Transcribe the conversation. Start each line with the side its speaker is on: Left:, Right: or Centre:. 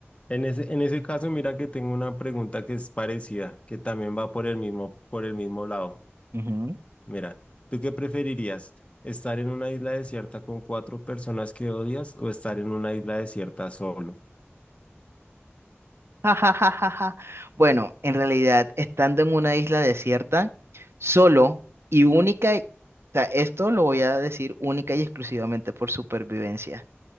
Left: en ese, en ese caso, mira que tengo una pregunta que es parecida, que también va por el mismo, por el mismo lado.
Right: <laughs>
Left: Mira, ¿tú qué preferirías? ¿Estar en una isla desierta con cuatro personas que odias o estar en una isla desierta solo?
Right: Ja, ja, ja, ja, ja. Bueno, en realidad, estando en una isla desierta, solo y única, o sea, esto lo voy a decir única y exclusivamente por supervivencia.